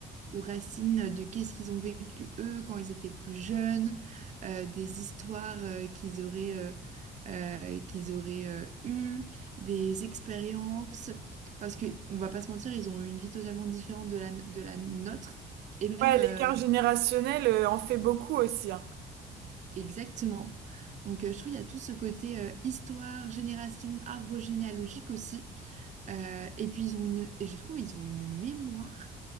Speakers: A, on the right (about 45°); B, on the right (about 75°).
A: aux racines de qu'est-ce qu'ils ont vécu eux quand ils étaient plus jeunes, euh, des histoires euh, qu'ils auraient, euh, euh, qu'ils auraient euh, eues, des expériences, parce que on va pas se mentir, ils ont eu une vie totalement différente de la, de la nôtre, et même
B: Ouais,
A: euh,
B: l'écart générationnel euh, en fait beaucoup aussi. hein.
A: exactement. Donc, euh, je trouve qu'il y a tout ce côté euh, histoire, génération, arbre généalogique aussi Euh, et puis ils ont une, et je trouve ils ont une mémoire